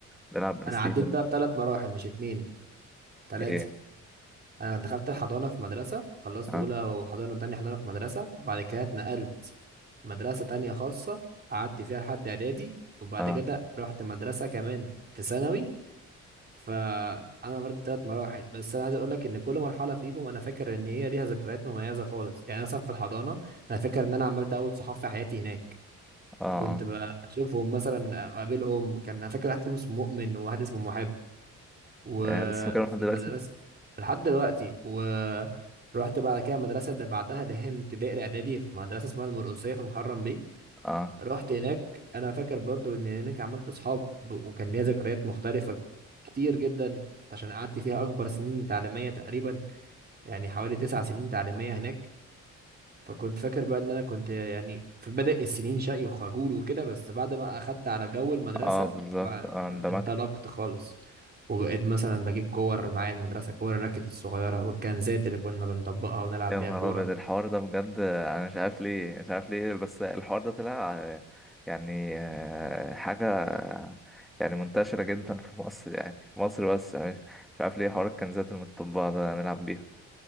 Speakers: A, in the centre; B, on the right.
A: نلعب بلاي
B: أنا
A: ستيشن
B: عديت بقى بثلاث مراحل مش اتنين تلاتة
A: إيه
B: أنا دخلت الحضانة في مدرسة خلصت
A: أه
B: أولى وحضانة وتانية حضانة في مدرسة بعد كده اتنقلت مدرسة تانية خاصة قعدت فيها لحد إعدادي وبعد
A: أه
B: كده رحت مدرسة كمان في ثانوي فانا مريت بثلاث مراحل بس انا عايز اقول لك ان كل مرحله فيهم انا فاكر ان هي ليها ذكريات مميزه خالص يعني مثلا في الحضانه انا فاكر ان انا عملت اول صحاب في حياتي هناك
A: أه,
B: وكنت
A: آه.
B: بشوفهم مثلا اقابلهم كان انا فاكر واحد فيهم اسمه مؤمن وواحد اسمه محب وفي
A: آه لسه فاكرها لحد دلوقتي؟
B: المدرسه لحد دلوقتي ورحت بعد كده المدرسه اللي بعدها اللي هي من ابتدائي الاعدادي في مدرسه اسمها المرقصيه في محرم بيه
A: اه
B: رحت هناك انا فاكر برضو ان هناك عملت اصحاب ب- وكان ليا ذكريات مختلفه كتير جدا عشان قعدت فيها اكبر سنين تعليميه تقريبا يعني حوالي تسع سنين تعليميه هناك فكنت فاكر بقى ان انا كنت يعني في بدء السنين شقي وخجول وكده بس بعد ما اخدت على جو المدرسه
A: اه بالظبط اه اندمجت
B: وانطلقت خالص وبقيت مثلا بجيب كور معايا المدرسه كور الراكت الصغيره والكنزات اللي كنا بنطبقها ونلعب
A: يا
B: بيها
A: نهار
B: كوره
A: ابيض الحوار ده بجد انا مش عارف ليه مش عارف ليه بس الحوار ده طلع آه، يعني آه، حاجة آه، يعني منتشرة جدا في مصر يعني في مصر بس مش مش عارف ليه حوار الكنزات المطبعة ده نلعب بيها